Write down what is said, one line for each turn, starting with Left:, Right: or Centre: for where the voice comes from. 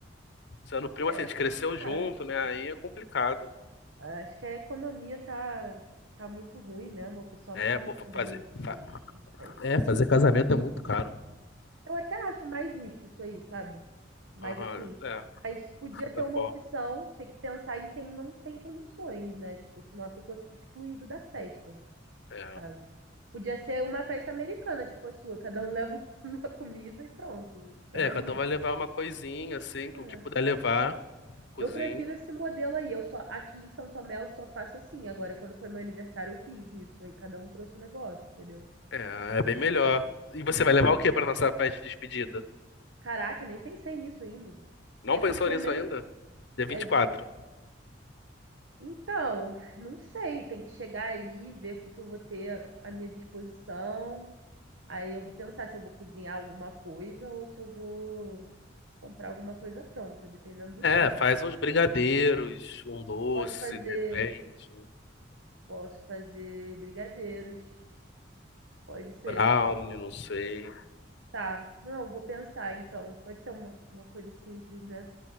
Left: sendo primo,
Right: é
Left: assim, a gente
Right: complicado.
Left: cresceu junto, né? Aí é complicado.
Right: Acho que a economia tá, tá muito ruim mesmo. O pessoal
Left: É,
Right: não tá
Left: pô,
Right: mais
Left: fa-
Right: podendo
Left: fazer.
Right: in- investir
Left: fa-
Right: em festa,
Left: É,
Right: né?
Left: fazer casamento é muito caro.
Right: Eu até acho mais justo isso aí, sabe? Mas
Left: Aham,
Right: assim,
Left: é,
Right: mas
Left: de
Right: podia
Left: certa
Right: ter uma
Left: forma.
Right: opção, tinha que pensar em quem não tem condições, né? Tipo, senão a pessoa fica excluída da festa,
Left: É.
Right: sabe? Podia ser uma festa americana, tipo a sua, cada um leva <laughs> uma comida e pronto. Isso que
Left: É,
Right: é mais
Left: cada
Right: justo.
Left: um vai levar uma coisinha, assim,
Right: É.
Left: que o que puder levar, cozinho
Right: Eu prefiro esse modelo aí. Eu só aqui em São Tomé eu só faço assim. Agora, quando foi meu aniversário, eu fiz isso. Aí cada um trouxe o negócio, entendeu?
Left: É, é bem melhor. E você vai levar o que pra nossa festa de despedida?
Right: Caraca, nem pensei nisso ainda.
Left: Não
Right: É
Left: pensou
Right: que dia
Left: nisso
Right: mesmo?
Left: ainda? Dia vinte
Right: É
Left: e
Right: de
Left: quatro.
Right: Então, não sei, tem que chegar aí, ver o que que eu vou ter à minha disposição. Aí eu vou pensar se eu vou cozinhar alguma coisa ou se eu vou comprar alguma coisa pronta, dependendo do
Left: É,
Right: tempo.
Left: faz uns brigadeiros, um doce,
Right: Eu Posso fazer,
Left: de repente, um
Right: posso fazer brigadeiros, pode ser,
Left: brownie,
Right: pode
Left: não sei.
Right: tá. Não, vou pensar então. Pode ser uma, uma coisa simples, né?